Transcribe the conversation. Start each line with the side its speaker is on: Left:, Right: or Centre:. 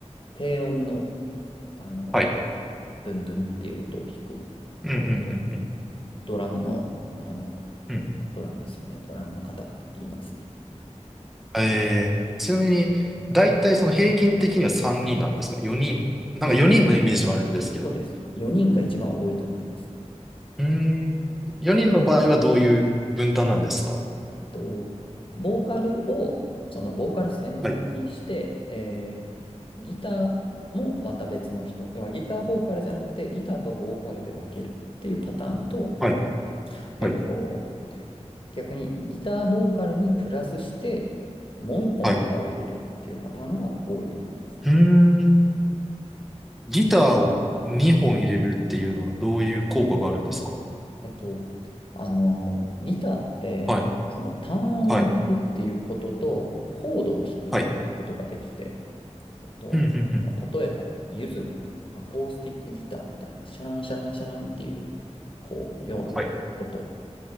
Left: 低音の、あの、
Centre: はい。
Left: ブンブンっていう音を弾くパートと、
Centre: うんうんうんうん
Left: ドラムの、あの、
Centre: うん。
Left: あドラムですよね。ドラムの方が言いますね。
Centre: えー、ちなみに、だいたいその平均的には3人なんですか ?4 人。なんか4人のイメージはあるんですけど。
Left: いえ、そうです。4人が一番多いと思います。
Centre: うーん。4人の場合はどういう分担なんですか
Left: そのと、ボーカルを、そのボーカル専門にして、
Centre: はい、
Left: えーギターもまた別の人。要はギターボーカルじゃなくて、ギターとボーカルで分けるっていうパターンと、
Centre: はい、
Left: えっと、
Centre: はい、
Left: 逆にギターボーカルにプラスして、もう一本ギターを入れるっていうパターンが多いと思いますね。
Centre: はい。うーん。ギターを2本入れるっていうのはどういう効果があるんですか
Left: えっと、あの、ギターって、
Centre: はい、
Left: その単音を弾くっていうことと、
Centre: はい、
Left: コードを弾くっていうことができて、
Centre: はい。
Left: えっと、
Centre: うんうんうん。
Left: まあ、例えば、ユズとかアコースティックギターみたいな、シャランシャランシャランっていう、こう、ような音
Centre: はい、